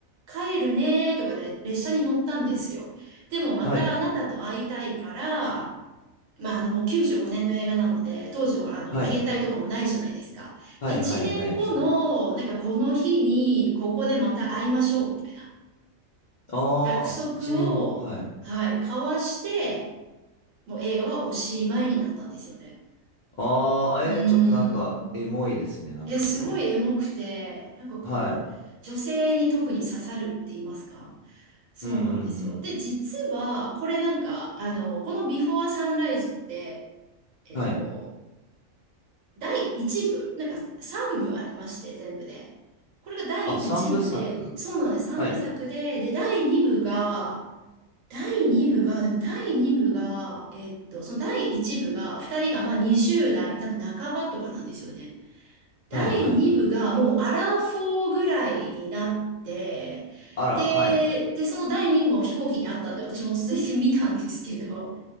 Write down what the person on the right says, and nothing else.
帰るねとかで列車に乗ったんですよ。でもまたあなたと会いたいから、
まあ、あのもう95年の映画なので、当時はあの携帯とかもないじゃないですか。
1年後のなんかこの日にここでまた会いましょうみたいな
約束を、
はい、交わして、もう映画はおしまいになったんですよね。
うーん。
え、すごいエモくて、なんかこう、
女性に特に刺さるって言いますか。そうなんですよ。
で、実は、これなんか、あの、このビフォーサンライズって、えっと、
第1部、なんか3部ありまして、全部で。これが第1部で、
そうなんです。3部作で、
で、第2部が、第2部が、でも第2部が、えっと、その第1部が、2人がまあ20代、多分半ばとかなんですよね。第2部がもうアラフォーぐらいになって、
で、
で、その第2部も飛行機にあったんで、私も続いて見たんですけど、